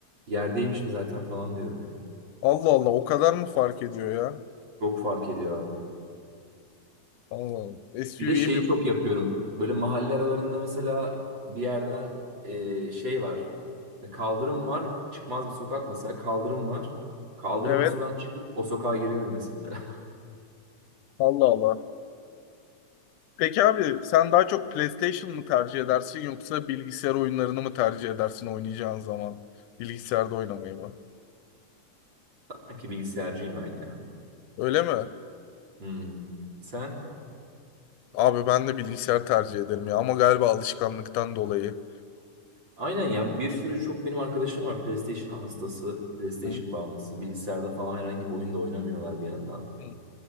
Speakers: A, on the right (about 35°); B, on the left (about 85°).
A: yerdeymişim zaten falan diyorum yani.
B: Allah Allah o kadar mı fark ediyor ya?
A: Çok fark ediyor abi.
B: Allah Allah. SUV'ye
A: Bir de şeyi
B: bir
A: çok
B: bak.
A: yapıyorum. Böyle mahalle aralarında mesela bir yerden e, şey var. Hani Kaldırım var. Çıkmaz bir sokak mesela. Kaldırım var. Kaldırımın
B: Evet.
A: üstünden çıkıp o sokağa giriyorum mesela.
B: Allah Allah. Peki abi sen daha çok PlayStation mı tercih edersin yoksa bilgisayar oyunlarını mı tercih edersin oynayacağın zaman? Bilgisayarda oynamayı mı?
A: <laughs> Sanki bilgisayarcıyım ben ya.
B: Öyle mi?
A: Hmm. Sen?
B: Abi ben de bilgisayar tercih ederim ya ama galiba alışkanlıktan dolayı.
A: Aynen ya. Bir sürü çok benim arkadaşım var. PlayStation hastası, PlayStation
B: Hı?
A: bağımlısı. Bilgisayarda falan herhangi bir oyunda oynamıyorlar bir yandan.
B: Hı.